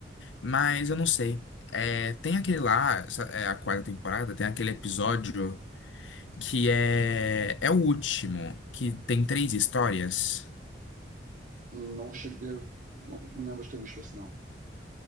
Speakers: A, on the left; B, on the right.
A: Mas eu não sei. É, tem aquele lá, essa- é a quarta temporada, tem aquele episódio que é, é o último, que tem três histórias.
B: não cheguei. Não, não lembro de ter visto esse não.